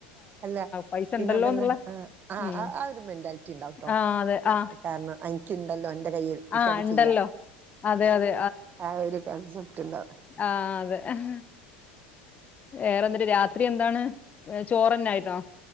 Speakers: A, on the right (about 35°); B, on the left (about 25°).
A: അല്ല
B: പൈസ
A: പിന്നെ
B: ഉണ്ടല്ലോ
A: അതെല്ല
B: എന്നുള്ള
A: ആഹ് ആഹ്
B: ഉം.
A: ആഹ് ഒരു മെന്റാ റ്റി ഇണ്ടാവ്ട്ടോ
B: ആ അതെ. ആ
A: കാരണം അഹ് ഇൻക്കിണ്ടല്ലോ അന്റെ കയ്യിൽ എനിക്കത്
B: ആ ഉണ്ടല്ലോ.
A: ചെയ്യാ.
B: അതെ, അതെ
A: ആഹ് ഒരു കൺസെപ്റ്റ് ണ്ടാ
B: ആഹ് അതെ ആഹ് വെറെന്തര് രാത്രി എന്താണ് ചോറന്നായിന്നോ